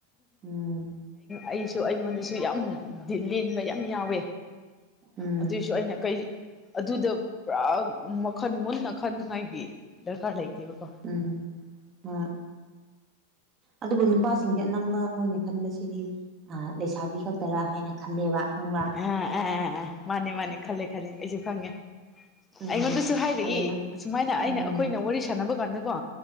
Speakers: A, on the right (about 30°); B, on the left (about 15°).
A: ꯎꯝ
B: ꯑꯩꯁꯨ ꯑꯩꯉꯣꯟꯗꯁꯨ ꯌꯥꯝ ꯂꯦꯟꯕ ꯌꯥꯝ ꯌꯥꯎꯋꯦ
A: ꯎꯝ
B: ꯑꯗꯨꯏꯁꯨ ꯑꯩꯅ ꯀꯩ ꯑꯗꯨꯗ ꯄꯨꯔꯥ ꯃꯈꯟ ꯃꯨꯟꯅ ꯈꯟꯅꯉꯥꯏꯒꯤ ꯗꯔꯀꯥꯔ ꯂꯩꯇꯦꯕꯀꯣ
A: ꯎꯝ ꯑ ꯑꯗꯨꯕꯨ ꯅꯨꯄꯥꯁꯤꯡꯗꯤ ꯑꯅꯝꯕ ꯃꯣꯏꯅ ꯈꯟꯕꯁꯤꯗꯤ ꯂꯩꯁꯥꯕꯤ ꯈꯛꯇꯔꯥ ꯍꯥꯏꯅ ꯈꯜꯂꯦꯕ ꯑꯈꯪꯕ꯭ꯔ
B: ꯑ ꯑꯦ ꯃꯥꯅꯤ ꯃꯥꯅꯤ ꯈꯜꯂꯦ ꯈꯂꯦ ꯑꯩꯁꯨ ꯈꯪꯉꯦ
A: ꯎꯝ
B: ꯑꯩꯉꯣꯟꯗꯁꯨ ꯍꯥꯏꯔꯛꯏ
A: ꯑꯗꯨꯅ
B: ꯁꯨꯃꯥꯏꯅ
A: ꯎꯝ
B: ꯑꯩꯅ ꯑꯩꯈꯣꯏꯅ ꯋꯥꯔꯤ ꯁꯥꯟꯅꯕ ꯀꯥꯟꯗꯀꯣ